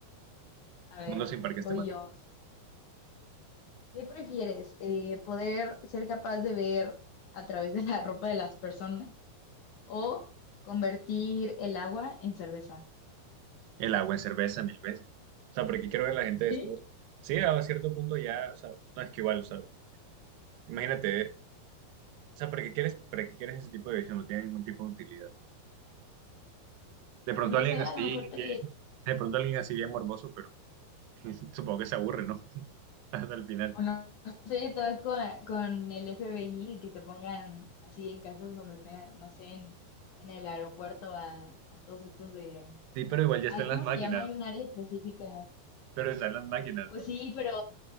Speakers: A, on the left (about 65°); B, on the right (about 85°).
A: A ver,
B: Mundo sin parques
A: voy
B: temáticos.
A: yo. ¿Qué prefieres? Eh, ¿poder ser capaz de ver a través de la ropa de las personas? O convertir el agua en cerveza.
B: El agua en cerveza mil veces. O sea, porque quiero ver a la gente
A: ¿Sí?
B: desnuda. Sí, a cierto punto ya, o sea, no es que igual, o sea, imagínate, o sea, ¿para qué quieres, para qué quieres ese tipo de visión? No tiene ningún tipo de utilidad. De pronto
A: Pues no
B: alguien
A: sé, a
B: así
A: lo mejor
B: bien,
A: te,
B: de pronto alguien así bien morboso, pero <laughs> supongo que se aburre, ¿no? <laughs> Hasta el final.
A: o no, no sé, te vas con, con el FBI y que te pongan así en casos donde te, no sé, en, en el aeropuerto a, a todos estos de,
B: Sí, pero igual ya
A: ay,
B: están las
A: ¿cómo
B: máquinas,
A: se llama? Hay un área específica.
B: pero están las máquinas,
A: Pues
B: ¿no?
A: sí, pero,